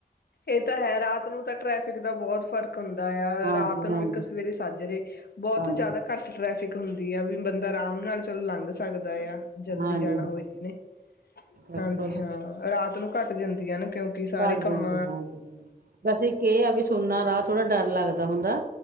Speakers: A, on the left; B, on the right.
A: ਏ ਤਾਂ ਹੈ ਰਾਤ ਨੂੰ ਤਾਂ ਟ੍ਰੈਫਿਕ ਦਾ ਬਹੁਤ ਫ਼ਰਕ- ਹੁੰਦਾ ਆ
B: ਹਾਂਜੀ
A: ਰਾਤ ਨੂੰ
B: ਹਾਂਜੀ
A: ਇੱਕ ਸਵੇਰੇ
B: ਹਾਂਜੀ
A: ਸਾਜਰੇ ਬਹੁਤ
B: ਹਾਂਜੀ
A: ਜ਼ਾਦਾ ਘੱਟ ਟ੍ਰੈਫਿਕ ਹੁੰਦੀ ਆ ਵੀ ਬੰਦਾ ਰਾਮ ਨਾਲ ਚਲੋ ਲੰਘ ਸਕਦਾ। ਹੁੰਦਾ ਆ ਜਲਦੀ
B: ਹਾਂਜੀ
A: ਜਾਣਾ ਹੋਏ ਜਿਨੇ
B: ਬਿਲਕੁਲ
A: ।ਹਾਂਜੀ ਹਾਂ- ਰਾਤ ਨੂੰ- ਘੱਟ ਜਾਂਦੀਆਂ ਨੇ। ਕਿਉਂਕਿ ਸਾਰੇ
B: ਘੱਟ
A: ਕੰਮ-
B: ਜਾਂਦੀ ਹਾਂ ਬਸ- ਇਕ ਏ ਆ ਵੀ ਸੁੰਨਾ ਰਾਹ ਥੋੜਾ ਡਰ । ਡਰ ਲੱਗਦਾ ਹੁੰਦਾ।